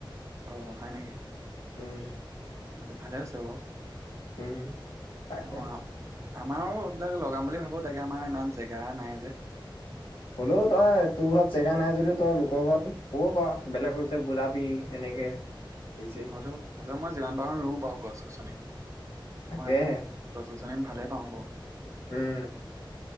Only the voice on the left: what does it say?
উম
উম', তাকাকে
হ'লোও তই তোৰ ঘৰত জেগা নাই যদি তই লোকৰ ঘৰত কব পাৰ বেলেগক যে বুজাবি এনেকে হেৰি চেৰি
তাকেহে
উম